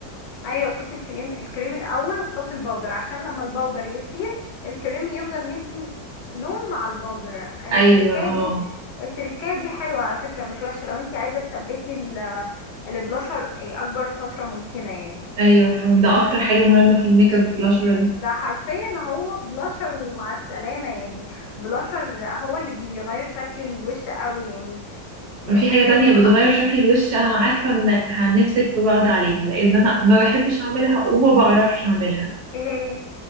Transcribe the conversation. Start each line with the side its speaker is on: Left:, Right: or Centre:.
Left: ايوه تحطي الكريم الكريم الاول وتحطي البودر عشان لما البودر يطير الكريم يفضل مدي لون مع البودر التركايه
Right: ايوه اه
Left: دي التركايه دي حلوه على فكره مش وحشه لو انتي عايزه تثبتي ال- البلاشر إيه، اكبر فتره ممكنه يعني
Right: ايوه فاهم ده اكتر حاجه مهمه في الميك اب البلاشر ده
Left: ده حرفيا هو بلاشر ومع السلامه يعني بلاشر هو اللي بيغير شكل الوش قوي يعني يعني
Right: وفي
Left: شوية
Right: حاجه تانية
Left: حق
Right: بتغير
Left: ايه
Right: شكل الوش انا عارفه ان هنمسك في بعض عليها لان انا ما بحبش اعملها وما بعرفش اعملها
Left: هي